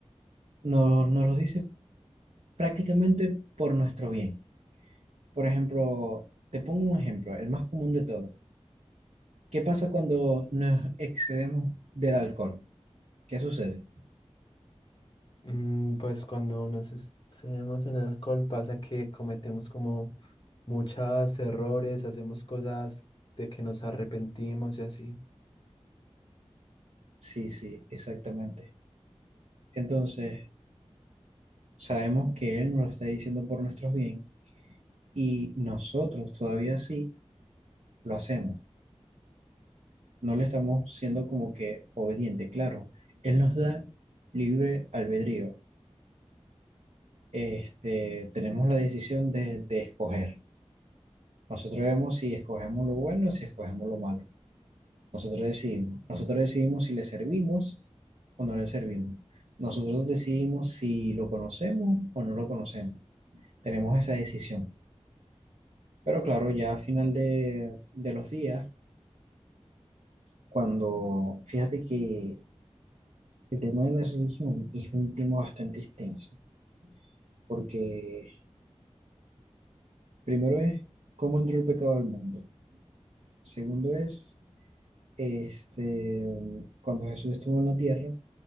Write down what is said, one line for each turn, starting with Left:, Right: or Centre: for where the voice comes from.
Right: nos, nos lo dice prácticamente por nuestro bien. Por ejemplo, te pongo un ejemplo, el más común de todos. ¿Qué pasa cuando nos excedemos del alcohol? ¿Qué sucede?
Left: Mm, pues cuando nos excedemos en el alcohol pasa que cometemos como muchos errores, hacemos cosas de que nos arrepentimos y así.
Right: Sí, sí, exactamente. Entonces, sabemos que Él nos lo está diciendo por nuestros bien y nosotros todavía sí lo hacemos. No le estamos siendo como que obediente, claro. Él nos da libre albedrío. Este, tenemos la decisión de, de escoger. Nosotros vemos si escogemos lo bueno o si escogemos lo malo. Nosotros decidimos. Nosotros decidimos si le servimos o no le servimos. Nosotros decidimos si lo conocemos o no lo conocemos. Tenemos esa decisión. Pero claro, ya a final de, de los días, cuando fíjate que el tema de la religión es un tema bastante extenso, porque primero es cómo entró el pecado al mundo. Segundo es este, cuando Jesús estuvo en la tierra.